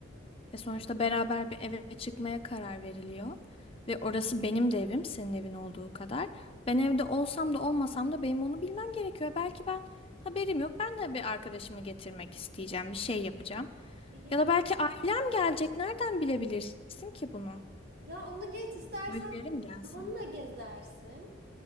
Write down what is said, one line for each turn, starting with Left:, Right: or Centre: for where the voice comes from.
Left: E sonuçta beraber bir eve çıkmaya karar veriliyor. Ve orası benim de evim, senin evin olduğu kadar. Ben evde olsam da olmasam da benim onu bilmem gerekiyor. Belki ben haberim yok. Ben de bir arkadaşımı getirmek isteyeceğim, bir şey yapacağım.
Right: E, yani,
Left: Ya da belki ailem gelecek. Nereden bilebilirsin ki bunu?
Right: ya onu geç istersen
Left: Böyle bir yere mi gelsin?
Right: donla gezersin.